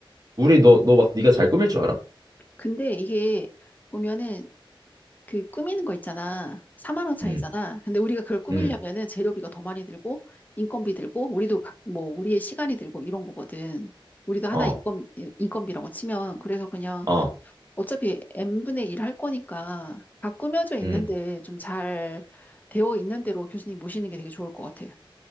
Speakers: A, on the right (about 45°); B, on the left (about 20°).
A: 우리 너 너 막 네가 잘 꾸밀 줄 알아?
B: 근데 이게 보면은 그 꾸미는 거 있잖아. 4만 원 차이잖아.
A: 음,
B: 근데 우리가 그걸 꾸미려면은
A: 음,
B: 재료비가 더 많이 들고 인건비 들고 우리도 각, 뭐 우리의 시간이 들고 이런 거거든. 우리도 하나
A: 어,
B: 인건 인건비라고 치면 그래서 그냥
A: 어,
B: 어차피 n분의 1 할 거니까 다 꾸며져 있는데
A: 음,
B: 좀 잘 되어 있는 대로 교수님 모시는 게 되게 좋을 것 같아.